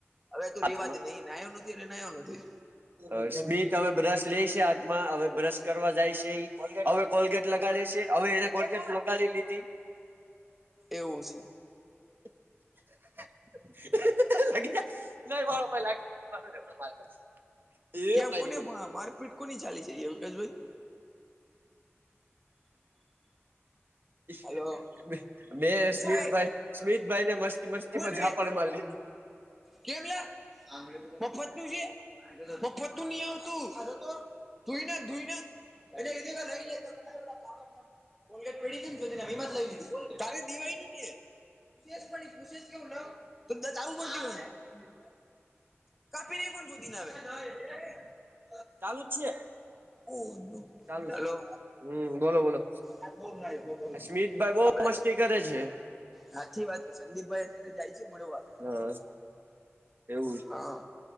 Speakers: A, in the centre; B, on the right.
A: હવે તું
B: હાથમાં.
A: રેવા દે નહી નાયો નથી એટલે નાયો નથી
B: અહ સ્મિત હવે બ્રશ લેય સે હાથમાં, હવે બ્રશ કરવા જાય સે ઈ, હવે કોલગેટ લગાડે સે. હવે એને કોલગેટ લગાડી લીધી.
A: એવું છે
B: <inaudible> <inaudible> એ
A: કેમ
B: મારી
A: કોને
B: મને
A: મા મારપીટ કોની ચાલી છે, એવું કેઈ જોઈ.
B: <inaudible>
A: હલો
B: મેં
A: વિષય
B: સ્મિતભાઈ સ્મિતભાઈને મસ્તી મસ્તીમાં
A: કોનું એ
B: પણ મારી.
A: કેમ લે મફતું છે મફતું નહી આવતું. તને તઈ એ એ લ લ <unintelligible> કોલગેટ પેડીીને વિમાંત લઈ લીધી તારી દિવાનીને <unintelligible> શેસ પણ કુશેસ કેવું ના તધા ચાલુ પડતી કોને <unintelligible> કાપીનેખ જદી ના આવે <unintelligible>
B: ચાલુ જ છે.
A: હું
B: ચાલુ
A: હલો.
B: છે હમ બોલો બોલો,
A: આ બોલ ના યો બોલ
B: સ્મિતભાઈ બહ
A: આપડા
B: મસ્તી કરે છે.
A: સાચી વાત છે સંદીપભાઈ અત્યારે જાય છે મળવા.
B: હમ. એવું
A: હા